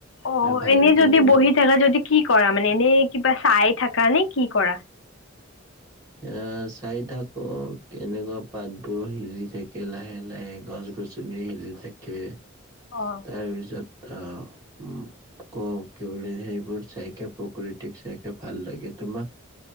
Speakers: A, on the left (about 70°); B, on the right (about 20°).
A: অ',
B: আৰু ভাবি
A: এনে
B: পেলাই
A: যদি
B: ইমান
A: বহি থাকা যদি কি কৰা মানে এনে কিবা চাই থাকা নে কি কৰা?
B: এ চাই থাকো কেনেকুৱা পাতবোৰ সিজি থাকে লাহে লাহে গছ চিনী হিলি থাকে।
A: অ'।
B: তাৰপিছত উ কও কি বুলি সেইবোৰ চাইকে প্ৰকৃতিক চাইকে ভাল লাগে তোমাক?